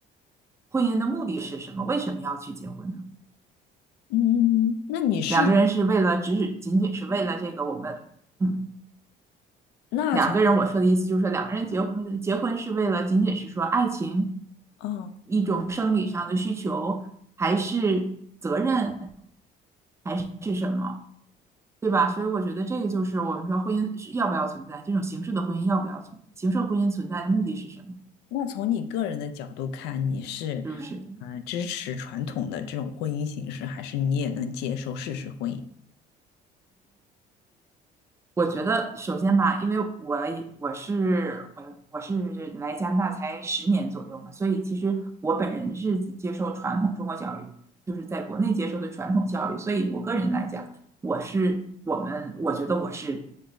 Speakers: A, on the right; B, on the left.
A: 婚姻的目的是什么？为什么要去结婚呢？
B: 嗯，嗯那你是
A: 两个人是为了只只仅仅是为了这个我们。嗯
B: 那从。
A: 两个人，我说的意思就是说，两个人结婚，结婚是为了仅仅是说爱情，
B: 嗯。
A: 一种生理上的需求，还是责任，还是什么，对吧？所以我觉得这个就是我们说婚姻是要不要存在，这种形式的婚姻要不要存在，形式婚姻存在的目的是什么？
B: 那从你个人的角度看，你是
A: 是不是？
B: 呃支持传统的这种婚姻形式，还是你也能接受事实婚姻？
A: 我觉得首先吧，因为我也我是我我是来加拿大才十年左右嘛，所以其实我本人是接受传统中国教育，就是在国内接受的传统教育，所以我个人来讲，我是我们我觉得我是